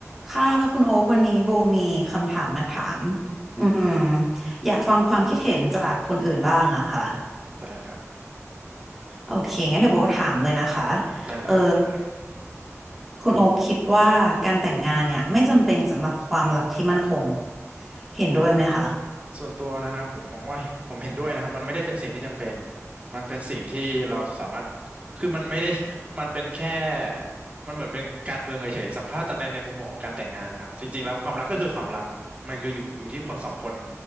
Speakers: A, in the centre; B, on the right.
A: ค่ะคุณโอ๊กวันนี้โบมีคำถามมาถามอืมอยากฟังความคิดเห็นจากคนอื่นบ้างอะค่ะ
B: ได้ครับ
A: โอเคงั้นเดี๋ยวโบถามเลยนะคะ
B: ได้เลยครับยิงหมดเลย
A: เออคุณโอ๊กคิดว่าการแต่งงานเนี่ยไม่จำเป็นสำหรับความรักที่มั่นคงเห็นด้วยไหมคะ
B: ส่วนตัวนะครับผมมองว่าผมเห็นด้วยนะครับมันไม่ได้เป็นสิ่งที่จำเป็นมันเป็นสิ่งที่เราสามารถคือมันไม่ได้มันเป็นแค่มันเหมือนเป็นการเมืองเฉยๆสำหรับถ้าตอในในมุมมองของการแต่งงานนะครับจริงๆแล้วความรักก็คือความรักมันคืออยู่อยู่ที่คนสองคน